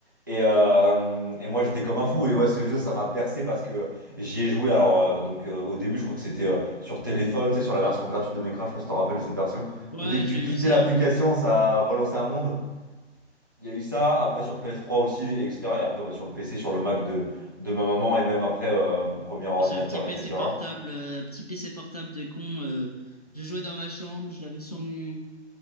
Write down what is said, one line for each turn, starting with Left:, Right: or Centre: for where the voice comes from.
Right: Et, euh, et moi j'étais comme un fou. Et ouais ce jeu ça m'a bercé parce que j'y ai joué. Alors euh, donc euh, au début je crois que c'était euh, sur téléphone, c'est sur la version gratuite de Minecraft, je sais pas si tu te rappelles de cette version,
Left: Ouais,
Right: où dès que tu
Left: je l'ai
Right: quittais
Left: eu aussi,
Right: l'application
Left: hein.
Right: ça relançait un monde. Il y a eu ça, après sur ps trois aussi, etc. Et après bah, sur le PC, sur le Mac de, de ma maman et même après euh, mon premier ordinateur,
Left: Ouais, C'est un petit PC
Right: etc.
Left: portable, euh, un petit PC portable de con. euh, je jouais dans ma chambre, je l'avais sur mon,